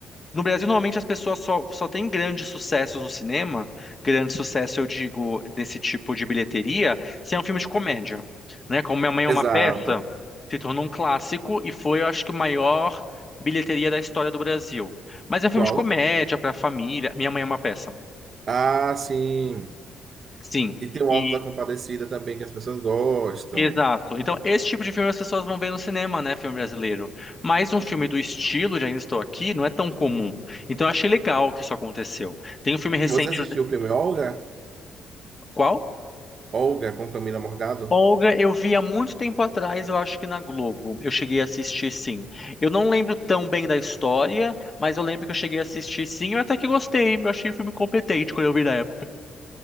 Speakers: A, on the left (about 30°); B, on the right (about 50°).
A: no Brasil, normalmente as pessoas só, só têm grandes sucessos no cinema, grande sucesso, eu digo, desse tipo de bilheteria, se é um filme de comédia, né? Como Minha Mãe é
B: Exato.
A: uma Peça, se tornou um clássico e foi, eu acho que, o maior bilheteria da história do Brasil. Mas é um filme
B: Qual?
A: de comédia para família. Minha Mãe é uma Peça.
B: Ah, sim.
A: Sim,
B: E tem o
A: e
B: Alto da Compadecida também, que as pessoas gostam.
A: exato. Então, esse tipo de filme as pessoas vão ver no cinema, né, filme brasileiro. Mas um filme do estilo, já ainda estou aqui, não é tão comum. Então, eu achei legal que isso aconteceu. Tem um filme recente,
B: Você assistiu o filme Olga?
A: qual?
B: Olga com Camila Morgado?
A: Olga, eu vi há muito tempo atrás, eu acho que na Globo. Eu cheguei a assistir, sim. Eu não lembro tão bem da história, mas eu lembro que eu cheguei a assistir, sim. Eu até que gostei. Eu achei o filme competente quando eu vi na época.